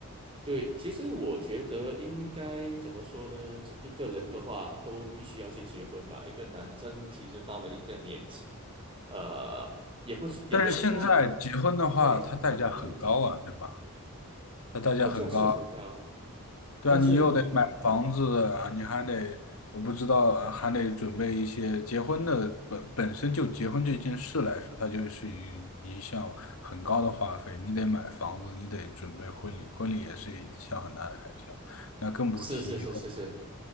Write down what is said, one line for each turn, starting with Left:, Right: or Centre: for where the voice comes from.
Right: 对，其实我觉得应该怎么说呢？这一个人的话，都必须要去结婚吧。一个男生其实到了一个年纪，呃，也不是，也不是说，
Left: 但是现在结婚的话，
Right: 你你说，你说，
Left: 它代价很高啊，
Right: 嗯哼，
Left: 对吧？它代价很高，
Right: 代价是很高，
Left: 对啊，
Right: 但是，
Left: 你又得买房子啊，
Right: 嗯，
Left: 你还得，我不知道啊，还得准备一些结婚的本本身就结婚这件事来说，它就是一一项很高的花费。你得买房子，你得准备婚礼，婚礼也是一项很大的开销，那更不提以后。
Right: 是是是是是，